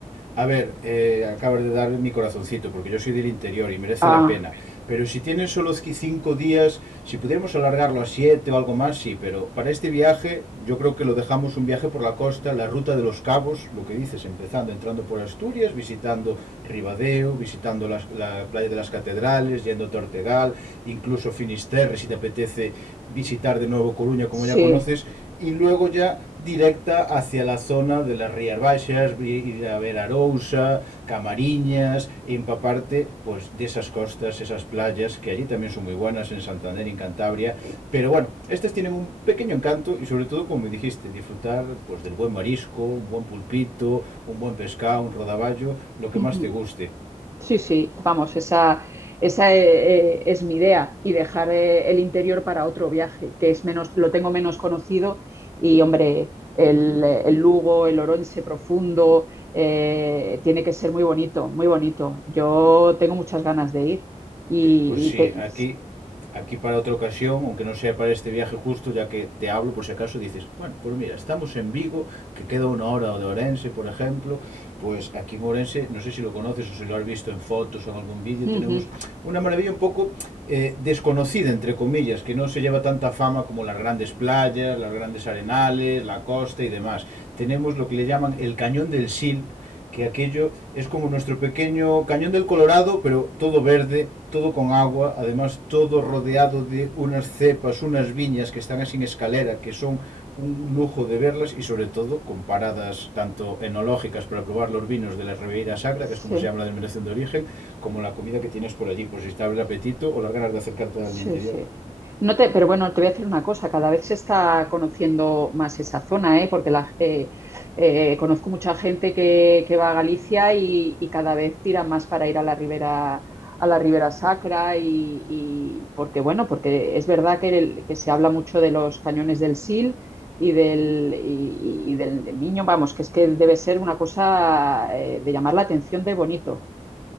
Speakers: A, on the right; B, on the right.
A: A ver, eh, acabas de dar mi corazoncito, porque yo soy del interior y merece
B: Ah,
A: la pena. Pero si tienen solo cinco días, si pudiéramos alargarlo a siete o algo más, sí. Pero para este viaje, yo creo que lo dejamos un viaje por la costa, la ruta de los cabos, lo que dices, empezando, entrando por Asturias, visitando Ribadeo, visitando las- la playa de las catedrales, yendo a Ortegal, incluso Finisterre, si te apetece visitar de nuevo Coruña, como
B: sí.
A: ya conoces, y luego ya directa hacia la zona de las Rías Baixas, ir a ver Arousa, Camariñas, y empaparte pues, de esas costas, esas playas, que allí también son muy buenas, en Santander, en Cantabria, pero bueno, estas tienen un pequeño encanto y sobre todo, como me dijiste, disfrutar pues, del buen marisco, un buen pulpito, un buen pescado, un rodaballo, lo que
B: Ujú.
A: más te guste.
B: Sí, sí, vamos, esa, esa eh, eh, es mi idea y dejar eh, el interior para otro viaje, que es menos, lo tengo menos conocido y hombre, el, el Lugo, el Orense profundo, eh, tiene que ser muy bonito, muy bonito. Yo tengo muchas ganas de ir y,
A: Pues sí,
B: y te-
A: aquí, aquí para otra ocasión, aunque no sea para este viaje justo, ya que te hablo por si acaso dices, bueno, pues mira, estamos en Vigo, que queda una hora de Orense, por ejemplo, pues aquí en Orense, no sé si lo conoces o si lo has visto en fotos o en algún vídeo,
B: Ujú,
A: tenemos una maravilla un poco eh, desconocida, entre comillas, que no se lleva tanta fama como las grandes playas, las grandes arenales, la costa y demás. Tenemos lo que le llaman el Cañón del Sil, que aquello es como nuestro pequeño cañón del Colorado, pero todo verde, todo con agua, además todo rodeado de unas cepas, unas viñas que están así en escalera, que son un lujo de verlas y sobre todo con paradas tanto enológicas para probar los vinos de la Ribeira Sacra,
B: Sí.
A: que es como se llama la denominación de origen, como la comida que tienes por allí, por si te abre el apetito o las ganas de acercarte
B: Sí,
A: al interior.
B: sí. No te, pero bueno, te voy a decir una cosa, cada vez se está conociendo más esa zona, ¿eh? porque la, eh, eh, conozco mucha gente que, que va a Galicia y, y cada vez tiran más para ir a la Ribera, a la Ribera Sacra y, y porque bueno, porque es verdad que, el- que se habla mucho de los cañones del Sil y del, y, y del de Miño, vamos, que es que debe ser una cosa eh, de llamar la atención de bonito.